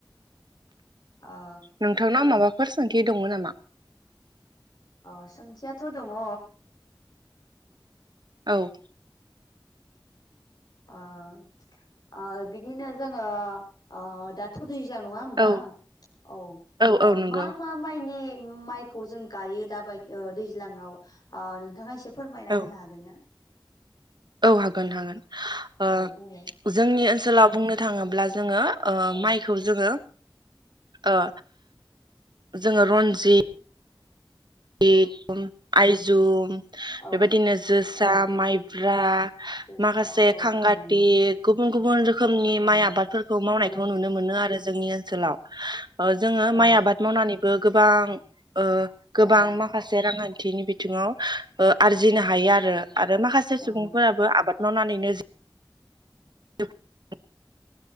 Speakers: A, on the left; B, on the right.
A: ओ
B: नोंथांनाव आं माबा फोर सोंथि दङो नामा
A: अ सोथियाथ दङ
B: औ
A: ओ-ओ बिदिनो जोङो ओ दाथ दै ज्लां नङा होमबा
B: औ
A: औ
B: औ
A: ओ
B: औ नंगौ
A: मा मा माइनि उम माइखौ जों गायो दा बाय दैज्लाङाव ओ नोंथाङा एसे फोरमायना
B: औ
A: होनो हागोन ना
B: औ हागोन हागोन ओ
A: औ बुंलाय
B: जोंनि ओन सोलाव बुंनो थाङोब्ला जोङो ओ
A: औ
B: माइखौ जोङो ओ जोङो रनजि <unintelligible>
A: औ
B: आइजुम
A: औ
B: बेबायदिनो जोसा
A: औ
B: माइब्रा
A: जोस्रा
B: माखासे
A: औ
B: खांगाति
A: औ नंगौ
B: गु बुन गुबुन रो खोमनि
A: औ
B: माइ आबादफोरखौ मावनायखौ
A: गुबुन
B: नुनो मोनो आरो जोंनि ओनसोलाव ओ जोङो
A: औ
B: माइ आबाद मावनानै बो गोबां ओ गोबां
A: औ
B: माखासे रांखान थिनि बिथिङाव ओ आरजिनो
A: औ
B: हायो आरो आरो माखासे
A: औ
B: सुबुंफोराबो आबाद मावनानैनो <inaudible>